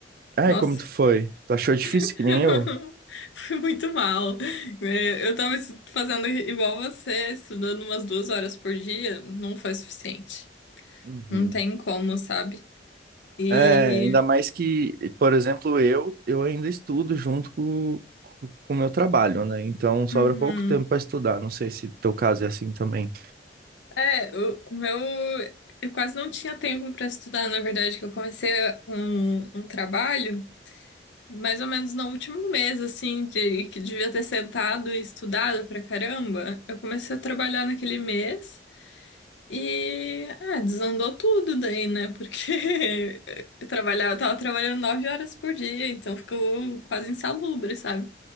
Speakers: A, on the right; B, on the left.
A: Ai,
B: Nossa,
A: como tu foi? Tu achou difícil
B: <laughs>
A: que nem eu?
B: Fui muito mal. É, Eu tava estu- fazendo igual você, estudando umas duas horas por dia, não foi suficiente.
A: Uhum.
B: Não tem como, sabe? E.
A: É, ainda mais que, por exemplo, eu, eu ainda estudo junto com com o meu trabalho, né? Então sobra
B: Uhum.
A: pouco tempo para estudar. Não sei se teu caso é assim também.
B: É, o o meu. Eu quase não tinha tempo pra estudar, na verdade, que eu comecei um, um trabalho mais ou menos no último mês, assim, de que devia ter sentado e estudado pra caramba. Eu comecei a trabalhar naquele mês. E ah, desandou tudo daí, né? Porque <laughs> eu trabalhava, eu tava trabalhando nove horas por dia, então ficou quase insalubre, sabe?